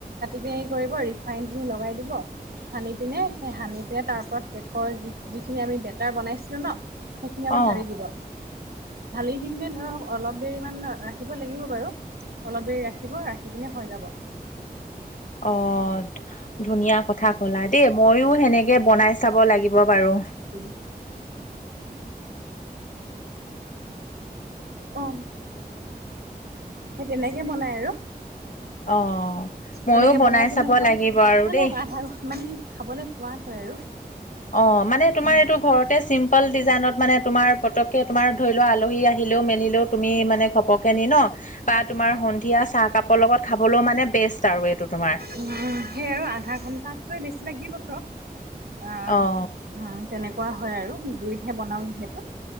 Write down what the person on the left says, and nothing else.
অ অ
অ', ধুনীয়া কথা কলা দেই মইয়ো সেনেকে কে বনাই চাব লাগিব বাৰু।
অ'। ময়ো
চাব
লাগিব আৰু দেই।
অ', মানে তোমাৰ
এইটো ঘৰতে চিম্পল ডিজাইনত মানে তোমাৰ পতককে তোমাৰ ধৰি লোৱা আলহী আহি - আহিলোও মেলিলোও তুমি মানে ঘপকে নি ন বা তোমাৰ সন্ধিয়া চাহ কাপৰ লগত খাবলৈও মানে বেষ্ট আৰু এইটো তোমাৰ।
অ',